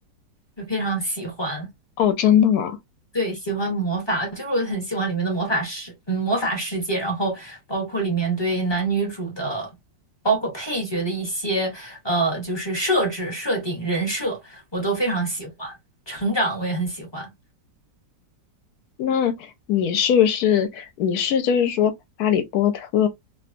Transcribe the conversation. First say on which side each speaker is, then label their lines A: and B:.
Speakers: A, on the left; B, on the left.
A: 就非常喜欢。
B: 哦，真的吗？
A: 对，喜欢魔法，就是我很喜欢里面的魔法世，嗯，魔法世界，然后包括里面对男女主的，包括配角的一些，呃，就是设置、设定、人设，我都非常喜欢。成长我也很喜欢。
B: 那你是不是你是就是说《哈利波特》，